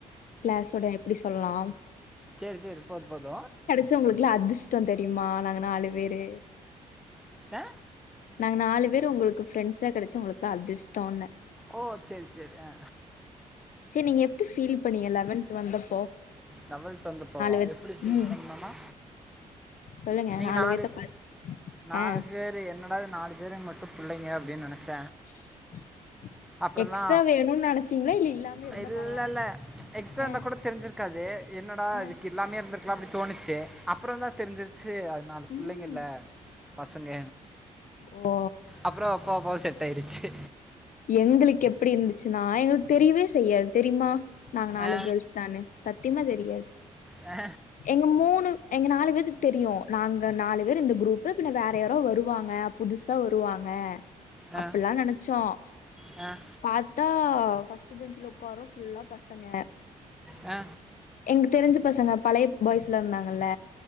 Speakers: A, on the left; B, in the centre.
A: க்ளாஸோட எப்டி சொல்லலா
B: சேரி சேரி போது போது
A: து உங்களுக்குலா அதிர்ஷ்ட தெரியுமா நாங்க நாலு பேரு
B: ஆ
A: நாங்க நாலு பேரு உங்களுக்கு பிரெண்ட்ஸா கெடைச்சி உங்களுக்குதா அதிஷ்டோன்ன
B: ஓ சேரி சேரி ஆ
A: சேரி நீங்க எப்டி ஃபீல் பண்ணீங்க லெவன்த் வந்தப்போ
B: வெவன்த் வந்தப்போவா
A: பேத்
B: எப்டி ஃபீல்
A: ம்.
B: பண்ணனா
A: சொல்லுங்க
B: நீங்க நாலு
A: பேத்த பாத்
B: நாலு
A: ஆ.
B: பேரு என்னடா இது நாலு பேருங்க மட்டு புள்ளைங்க அப்டின்னு நெனைச்ச
A: <inaudible>
B: அப்றொந்தா
A: எக்ஸ்ட்ரா வேணும்னு நெனச்சீங்களா? இல்ல இல்லாம இருந்தா
B: இல்ல
A: பரவால்லன்னு
B: இல்ல
A: நெனச்சு
B: எக்ஸ்ட்ரா இருந்தாக்
A: ஆ,
B: கூட தெரிஞ்சிர்க்கா தே என்னடா
A: ஆ,
B: விக்கி இல்லாமயே இருந்துர்க்லா அப்டி தோணுச்சு அப்றொந்தா தெரிஞ்சிருச்சு அ நாலு
A: ம்.
B: புள்ளைங்கல்ல பசங்க
A: ஓ!
B: அப்றோ போப்போ செட் டாய்ருச்சி
A: எங்களுக் எப்டி இருந்துச்சுன்னா எங்களுக் தெரியவே செய்யாது தெரிமா நாங்க நாலு
B: ஆ
A: கேள்ஸ் தானு சத்தியமா தெரியாது
B: ஆ
A: எங்க மூணு எங்க நாலு பேத்துக்கு தெரியு நாங்க நாலு பேரு இந்த குரூப் பின்ன வேற யாரோ வருவாங்க புதுசா வருவாங்க அப்டில்லா
B: ஆ
A: நெனச்சோ
B: ஆ
A: பாத்தா ஃபர்ஸ்ட் பெஞ்சுல உக்கார்றோ ஃபுல்லா பசங்க
B: ஆ
A: எங்க தெரிஞ்ச பசங்க பழைய பாய்ஸ் எல்லா இருந்தாங்கல்ல